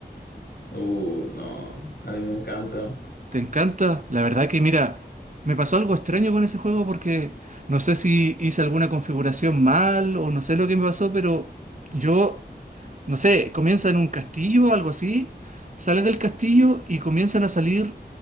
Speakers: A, on the left; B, on the right.
A: Uh, no, a mí me encanta.
B: ¿Te encanta? La verdad que mira, me pasó algo extraño con ese juego porque no sé si hice alguna configuración mal o no sé lo que me pasó, pero yo, no sé, comienza en un castillo o algo así, sales del castillo y comienzan a salir